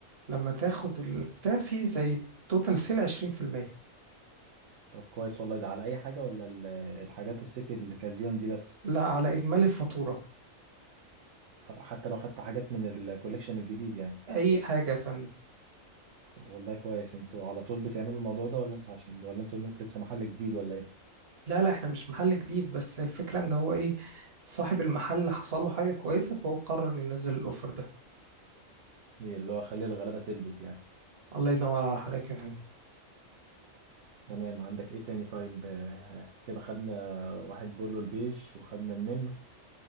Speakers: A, on the right; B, on the right.
A: لما تاخد البتاع في زي توتال سيل 20%
B: طب كويس والله ده على اي حاجه ولا ال- الحاجات الصيفي الكازيون دي بس
A: لا على اجمالي الفاتوره
B: حتى لو خدت حاجات من الكوليكشن الجديد يعني
A: اي حاجه يا فندم
B: طب والله كويس انتوا على طول بتعملوا الموضوع ده ولا انتوا عشان ولا انتوا لسه محل جديد ولا ايه
A: لا لا احنا مش محل جديد بس الفكره ان هو ايه صاحب المحل حصل له حاجه كويسه فهو قرر إنه ينزل الاوفر ده
B: إيه اللي هو خلي الغلابه تلبس يعني
A: الله ينور على حضرتك يا فندم
B: تمام عندك ايه تاني طيب آه، كده خدنا واحد بولو البيج وخدنا النمر